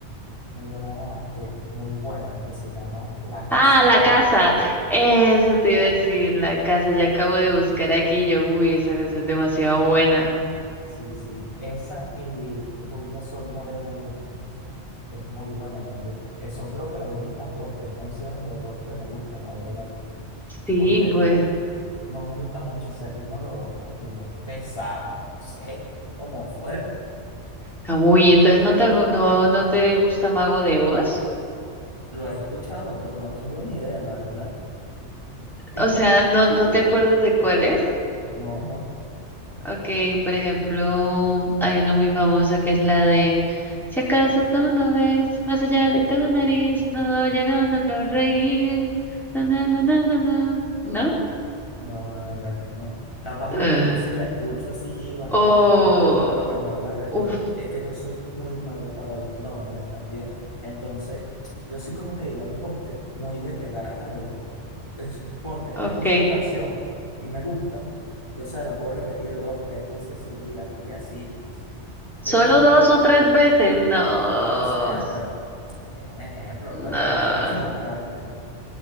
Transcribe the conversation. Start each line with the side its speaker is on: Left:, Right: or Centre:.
Left: Hay una que es muy buena, que se llama La Casa
Centre: Ah, La Casa.
Left: Mía.
Centre: Eso te iba a decir, La Casa. Ya acabo de buscar aquí. Yo, uy, esa canción es demasiado buena.
Left: Sí, sí. Esa y Rubia Sol Morena Luna es muy buena también. Eh, Son creo que las únicas dos, tres canciones de rock que me gustan, la verdad.
Centre: Sí,
Left: Porque
Centre: bueno.
Left: no me gusta mucho ese ritmo, lo veo como que muy pesado, no sé, como fuerte.
Centre: Ah, Uy, entonces no te, no, no te gusta Mago de Oz.
Left: Lo he escuchado, pero no tengo ni idea, la verdad. <laughs>
Centre: O sea, no, no te acuerdas de cuál es.
Left: No, no.
Centre: Okay, por ejemplo, hay uno muy famoso que es la de Si acaso tú no ves más allá de tu nariz, no oyeron una flor reír. No, no, no, no, no, no. ¿No?
Left: No, la verdad que no. Capaz
Centre: Ah.
Left: a lo mejor si la escucho así bastante,
Centre: Oh,
Left: a lo mejor la recuerdo.
Centre: uf,
Left: Es que yo soy muy malo para los nombres también. Entonces, yo sí como que digamos como que muy de pegar algo. Es, ponte,
Centre: okay.
Left: escucho una canción y me gusta, y o sea, la puedo repetir dos, tres veces seguidas y así pues.
Centre: Solo
Left: Pero,
Centre: dos o tres veces,
Left: no,
Centre: no.
Left: no, o sea, pero, digo un ejemplo pues,
Centre: No.
Left: pero la escucho bastante.